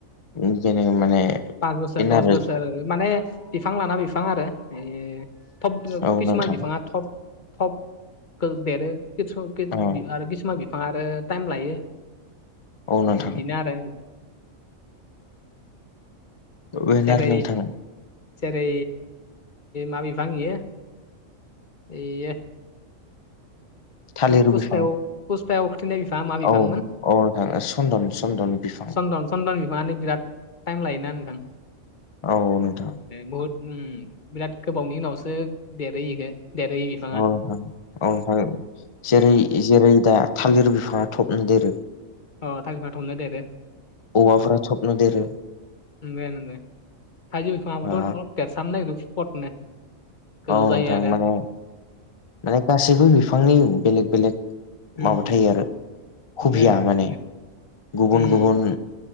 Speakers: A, on the left; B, on the left.
A: बिनिखायनो माने
B: पास बोसोर
A: बेनार
B: दस बोसोर माने बिफां लाना बिफां आरो ए थब देरो
A: औ
B: खिसुमान
A: नोंथां
B: बिफाङा थब थब देरो आरो
A: औ
B: खिसुमान बिफांङा बिफां आरो टाइम लायो
A: औ नोंथां
B: बिदिनो आरो
A: बेनार
B: जेर
A: नोंथां
B: जेरै मा बिफां इयो बेयो
A: थालिरु
B: पुसपायाव
A: बिफां
B: पुसपायाव खोथैनाय बिफाङा मा बिफांमोन
A: औ औ औ नोंथां सन्दन चन्दन बिफां
B: चन्दन चन्दन बिफाङानो बिराद टाइम लायोना नोंथां
A: औ नोंथां
B: बहुद बिराद गोबावनि उनावसो देरहोयो देरहोयो
A: अ ओनथां जेरै
B: उम
A: जेरै दा थालिर बिफाङा थबनो देरो
B: अ थालिर बिफांङा थब'नो देरो
A: औवाफ्रा थबनो देरो
B: थालिर बिफांङाबोथ
A: ओ
B: दं देरसाबनो नागिरदों फुपटनो गोजौ
A: औ नोंथां
B: जायो आरो
A: माने माने गासैबो बिफांनि बेलेग बेलेग
B: उम
A: माबा थायो
B: उम
A: आरो
B: नंगो
A: हबिया
B: नंगो
A: माने
B: नंगो
A: गुबुन
B: उम
A: गुबुन